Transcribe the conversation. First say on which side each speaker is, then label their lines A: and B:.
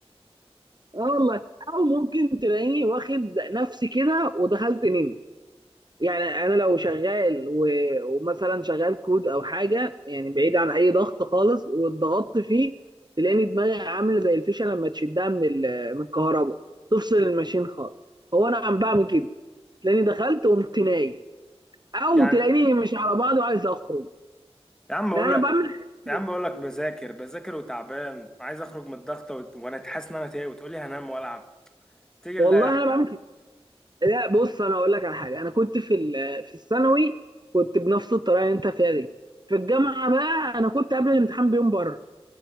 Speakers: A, on the right; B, in the centre.
A: اه والله أو ممكن تلاقيني واخد نفسي كده ودخلت نيم يعني انا لو شغال و... ومثلا شغال كود او حاجه يعني بعيد عن اي ضغط خالص واتضغطت فيه تلاقيني دماغي عامله زي الفيشه لما تشدها من ال... من الكهرباء تفصل الماشين خالص هو انا عم بعمل كده تلاقيني دخلت وقمت نايم او
B: يعني
A: تلاقيني مش على بعض وعايز اخرج
B: يا عم
A: لا
B: اقول
A: انا
B: لك
A: بعمل حاجات
B: يا
A: كتير
B: عم اقول لك بذاكر بذاكر وتعبان وعايز اخرج من الضغطة وت... وانا حاسس ان انا تايه وتقول لي هنام والعب تيجي
A: والله
B: لا يا احمد
A: انا بعمل كده لا بص انا اقول لك على حاجه انا كنت في ال... في الثانوي كنت بنفس الطريقه اللي انت فيها دي في الجامعه بقى انا كنت قبل الامتحان بيوم بره